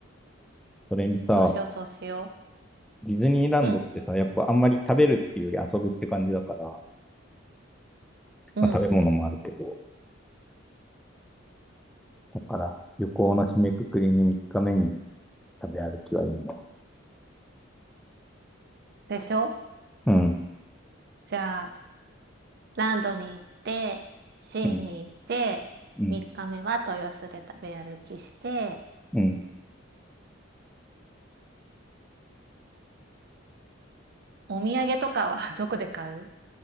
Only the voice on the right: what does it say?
そうしよう、そうしよ
う。うん、
うん。
でしょ
じゃあ、ランドに行って、シーに行って、
3日目は豊洲で食べ歩きして、
お土産とかは <laughs> どこで買う